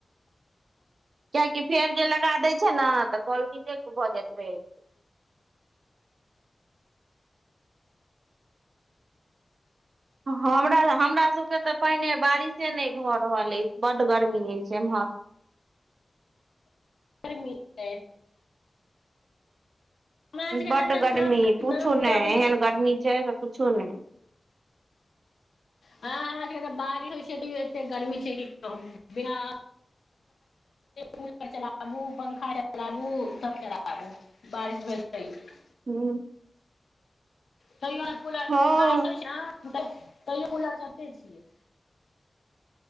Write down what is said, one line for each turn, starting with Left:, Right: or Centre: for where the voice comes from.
Right: कियाकि फेयर वेल लगा दैत छै न कॉल रिजेक्ट भ जाइत रहै छै हमरा हमरा सबके तऽ पहिने बारिश से नहि भऽ रहल अछि बड गर्मी अछि एम्हर
Left: गर्मी <unintelligible> हमरा सबके
Right: बड
Left: तऽ
Right: गर्मी
Left: एखन
Right: पूछू नहि
Left: कऽ देने
Right: एहन
Left: छै
Right: गर्मी छै से पूछू नहि <inaudible>
Left: हँ हमरा सबके तऽ बारिश होइ छै तैयो एत्ते गर्मी छै की कहु बिना
Right: <inaudible>
Left: कूलर चलाबू पंखा चलाबू सब चलाबू बारिश भेल तैयो
Right: हुँ
Left: तैयो जे पुल
Right: हँ
Left: बारिस होइ छै त तैयो कूलर चलबेते छियै